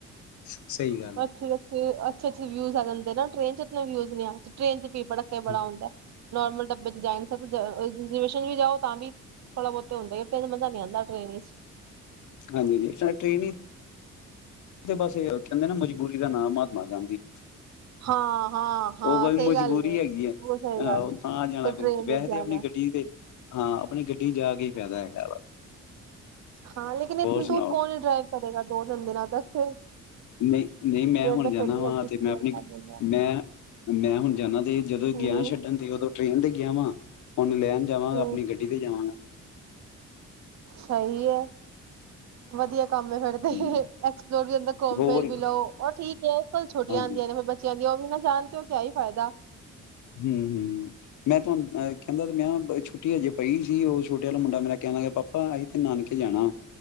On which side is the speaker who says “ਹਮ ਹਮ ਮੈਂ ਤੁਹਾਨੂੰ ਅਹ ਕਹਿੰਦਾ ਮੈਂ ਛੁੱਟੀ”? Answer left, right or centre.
Left